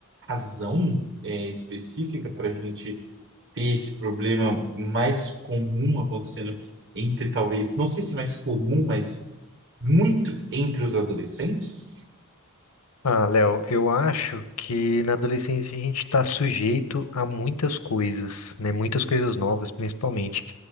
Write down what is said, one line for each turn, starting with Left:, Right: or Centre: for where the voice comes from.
Right: razão é, específica para a gente ter esse problema mais comum acontecendo entre, talvez, não sei se mais comum, mas muito entre os adolescentes.
Left: Ah, Léo, eu acho que na adolescência a gente está sujeito a muitas coisas, né? Muitas coisas novas, principalmente.